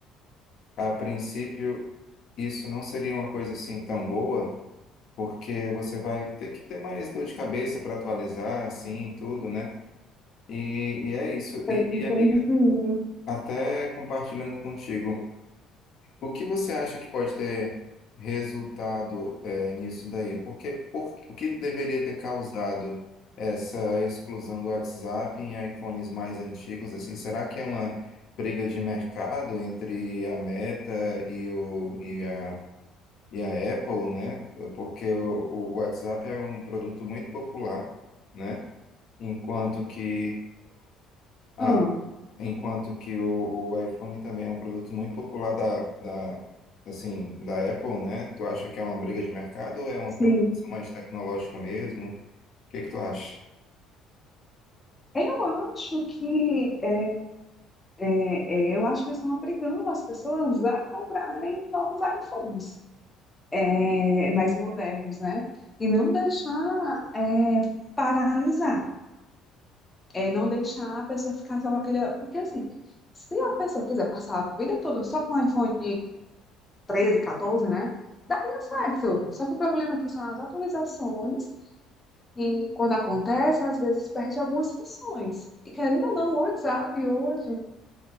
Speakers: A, on the left; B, on the left.
A: a princípio, isso não seria uma coisa assim tão boa, porque você vai ter que ter mais dor de cabeça para atualizar, assim, e tudo, né? E, e é isso.
B: eu
A: E, e, amiga,
B: entendi.
A: até compartilhando contigo, o que você acha que pode ter resultado eh, nisso daí? Porque, por, o que deveria ter causado essa exclusão do WhatsApp em iPhones mais antigos? Assim, será que é uma briga de mercado entre a Meta e, o, e, a, e a Apple, né? Porque o, o WhatsApp é um produto muito popular, né? Enquanto que a
B: Ah,
A: Enquanto que o, o iPhone também é um produto muito popular da, da, assim, da Apple, né? Tu acha que é uma briga de mercado ou é uma
B: Sim.
A: preocupação mais tecnológica mesmo? O que que tu acha?
B: eu acho que é, é, é, eu acho que eles estão obrigando as pessoas a comprarem novos iPhones. é, mais modernos, né? E não deixar é, paralisar, é, não deixar a pessoa ficar só com aquele. Porque, assim, se a pessoa quiser passar a vida toda só com iPhone 13, 14, né? Daria certo. Só que o problema aqui são as atualizações, e quando acontece, às vezes perde algumas funções. E querendo ou não, o WhatsApp hoje